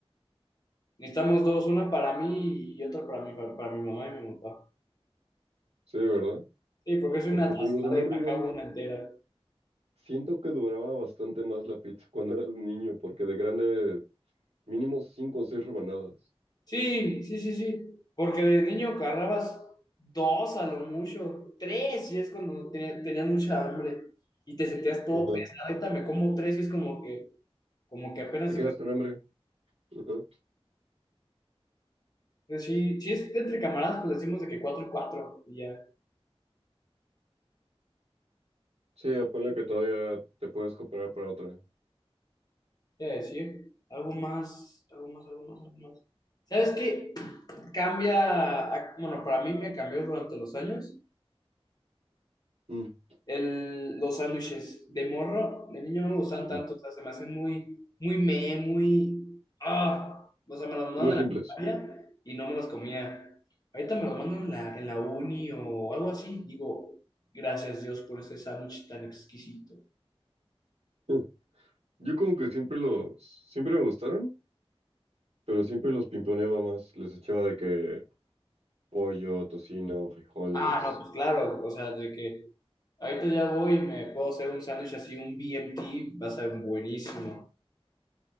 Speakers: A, on the left; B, on the right.
A: necesitamos dos, una para mí y otra para mi, fa- para mi mamá y mi papá.
B: Sí, ¿verdad?
A: Sí, porque soy
B: Porque
A: una atascada
B: te digo, de morro
A: y me
B: igual
A: acabo una entera.
B: Siento que duraba bastante más la pizza cuando eras niño, porque de grande mínimo cinco o seis rebanadas.
A: Sí, sí, sí, sí. Porque de niño agarrabas dos a lo mucho, tres, y es cuando no tenía- tenías mucha hambre y te sentías todo
B: Ajá.
A: pesado. Ahorita me como tres y es como que, como que apenas
B: Te quedas
A: se me.
B: con hambre. Ajá.
A: Pues sí, si es entre camaradas, pues decimos de que cuatro y cuatro, y ya.
B: Sí, ponle que todavía te puedes comprar para otra.
A: Te voy a decir, algo más, algo más, algo más, algo más. ¿Sabes qué? Cambia, a- bueno, para mí me cambió durante los años.
B: Mm,
A: el, los sándwiches de morro, de niño no me gustan tanto,
B: mm.
A: o sea, se me hacen muy, muy me, muy, ah, o sea, me los mandaban
B: Muy
A: en
B: simples.
A: la primaria y no me los comía. Ahorita me los mandan en la, en la uni o algo así, digo, gracias Dios por este sándwich tan exquisito.
B: <laughs> Yo como que siempre los, siempre me gustaron, pero siempre los pimponeaba más. Les echaba de que pollo, tocino, frijoles.
A: Ah, no, pues claro, o sea, de que ahorita ya voy y me puedo hacer un sándwich así, un BMT, va a ser buenísimo.